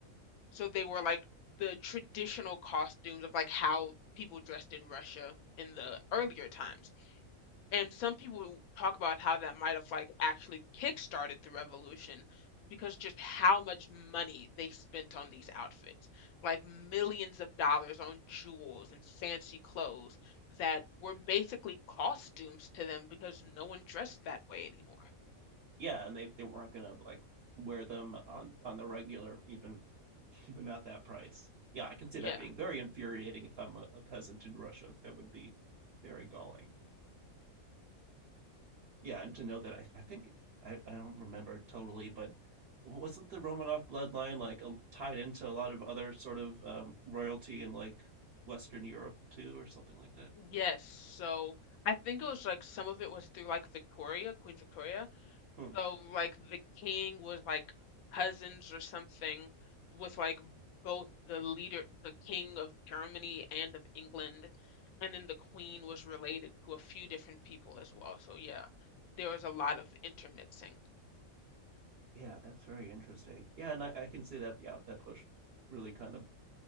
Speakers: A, on the left (about 85°); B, on the right (about 55°).
A: So they were like the traditional costumes of like how people dressed in Russia in the earlier times. And some people talk about how that might have like actually kickstarted the revolution because just how much money they spent on these outfits, like millions of dollars on jewels and fancy clothes that were basically costumes to them because no one dressed that way anymore.
B: yeah and they they weren't gonna like wear them on on the regular even <laughs> even at that price yeah i can see
A: Yeah.
B: that being very infuriating if i'm a, a peasant in russia that would be very galling yeah, and to know that I, I think I, I don't remember totally, but wasn't the Romanov bloodline like a, tied into a lot of other sort of um, royalty in like Western Europe too, or something like that?
A: Yes. So I think it was like some of it was through like Victoria, Queen Victoria,
B: Hmm.
A: So like the king was like cousins or something with like both the leader, the king of Germany and of England, and then the queen was related to a few different people as well. So yeah, there was a lot of intermixing.
B: Yeah, that's very interesting. Yeah, and I, I can see that. Yeah, that push really kind of